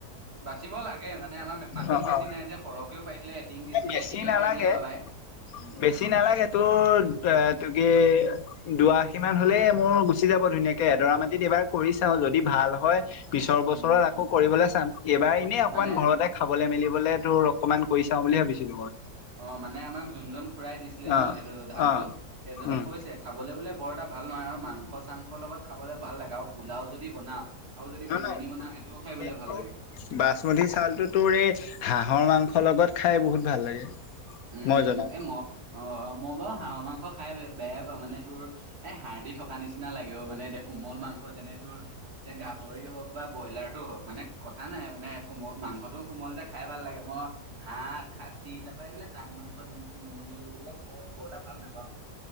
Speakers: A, on the right; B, on the left.
A: বাচিব লাগে মানে আমাৰ মাটিও
B: অ
A: বেছি
B: অ
A: নাই যে সৰহকেও পাইছিলে। এটিং
B: মানে
A: দিছিলে
B: বেছি
A: এটিঙে
B: নালাগে।
A: পাৰি দিলে বাবাই। উম উম
B: বেছি নালাগে তোৰ এটো কি। দুআশী মান হলেই মোৰ গুচি যাব ধুনীয়াকে এদৰা মাটিত এইবাৰ কৰি চাও যদি ভাল হয়। পিছৰ বছৰত
A: উম
B: আকৌ কৰিবলৈ চাম, এইবাৰ এনেই অকনমান
A: মানে
B: ঘৰতে খাবলৈ মেলিবলৈ তোৰ অকনমান কৰি চাম। চাওঁ বুলি ভাবিছিলো মই।
A: অ মানে, আমাক যোনজন খুৰাই দিছিলে ন
B: অ
A: সেইটো ধানতটো
B: অ
A: সেইজনে
B: উম
A: কৈছে খাবলে বোলে বৰ টা ভাল নহয়। আৰু মাংস চাংসৰ লগত খাবলে ভাল লাগে। আৰু পোলাও যদি বনাও আৰু যদি
B: নহ
A: বিৰিয়ানী
B: নহ
A: বনাও সেইটোও খাই
B: সেইটো
A: বোলে ভাল লাগে
B: বাচমতী চাউলটো তোৰ এই হাঁহ হাঁহৰ মাংসৰ লগত খাই বহুত ভাল লাগে।
A: উম,
B: মই
A: উম,
B: জনাত।
A: এম অ মই বাৰু হাঁহৰ মাংস খাই বেয়াই পাওঁ মানে তোৰ এই হাৰডি থকা নিচিনা লাগে। ক মানে এতিয়া কোমল মাংস যেনে তোৰ এতিয়া গা গাহৰি হওক বা ব্ৰইলাৰটো হওক মানে কথা নাই মানে কোমল মাংসটোও কোমল যে খাই ভাল লাগে মই হা খাচী তাৰ পৰাৰা এইবিলাক টান মাংস যেন মুৰ্গী এইবিলাক খাই বৰ এটা ভাল নাপাওঁ।